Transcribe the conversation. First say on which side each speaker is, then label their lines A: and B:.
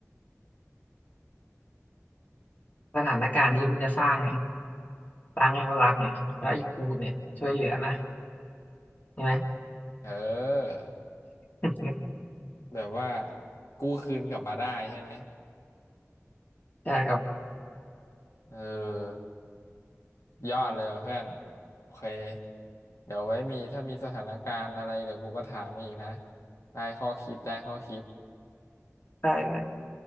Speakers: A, on the left; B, on the left.
A: สถานการณ์นี้มันจะสร้างไงสร้างให้เขารักไงแล้วไอ้กูเนี่ยช่วยเหลือนะ ใช่ไหม
B: เออ
A: <laughs>
B: แบบว่ากู้คืนกลับมาได้ใช่ไหม
A: ใช่ครับ
B: เออยอดเลยว่ะเพื่อนโอเคเดี๋ยวไว้มีถ้ามีสถานการณ์อะไรเดี๋ยวกูก็ถามมึงอีกนะได้ข้อคิดได้ข้อคิด
A: ได้เลย